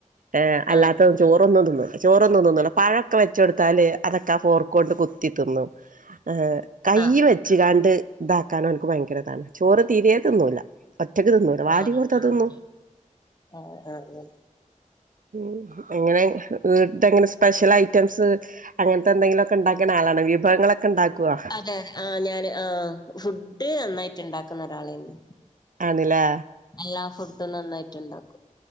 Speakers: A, on the right (about 80°); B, on the left (about 30°).
A: ഏ അല്ലാത്ത
B: ആഹ്
A: ചോറൊന്നും തിന്നുല്ല ചോറൊന്നും തിന്നുല്ല പഴൊക്കെ വെച്ചെടുത്താല് അതൊക്കെ ആ ഫോർക്ക് കൊണ്ട് കുത്തി തിന്നും ഹ് കൈയ്യ്
B: ആഹ്
A: വെച്ചു ങ്ങാണ്ട് ഇതാക്കാന് ഓൻക്ക് ഭയങ്കരതാണ് ചോറ് തീരെ തിന്നൂല ഒറ്റക്ക് തിന്നുല്ല വാരി
B: ചോറ്
A: കൊട്ത്ത
B: ആഹ്
A: തിന്നും.
B: ഓക്കെ ആഹ് അഹ് ആണല്ലോ
A: ഉ എങ്ങനെ വീട്ട്ങ്ങനെ സ്പെഷ്യൽ ഐറ്റംസ് അങ്ങന് ത്തെ എന്തെങ്കിലൊക്കെ ണ്ടാക്ക്ണ ആളാണോ വിഭവങ്ങളൊക്കെ ഉണ്ടാക്കോ?
B: ആഹ് ഞാന് ആഹ് ഫുഡ് നന്നായിട്ട് ണ്ടാക്കുന്ന ഒരാളേന്ന്
A: ആണ്ലേ
B: എല്ലാ ഫുഡും നന്നായിട്ട് ണ്ടാക്കും